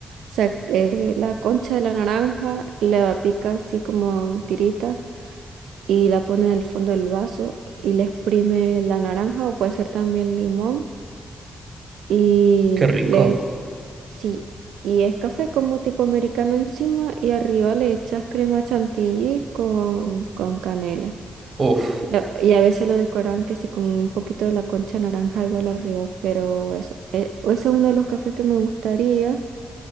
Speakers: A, on the right; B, on the right.
A: sea, eh, la concha de la naranja la pica así como tirita y la pone en el fondo del vaso y le exprime la naranja o puede ser también limón Y
B: Qué rico.
A: le, sí, y es café como tipo americano encima y arriba le echas crema chantilly con, con canela.
B: Uf.
A: Y a, y a veces lo decoran que sí con un poquito de la concha naranja igual arriba, pero eso, eh, ese es uno de los cafés que me gustaría.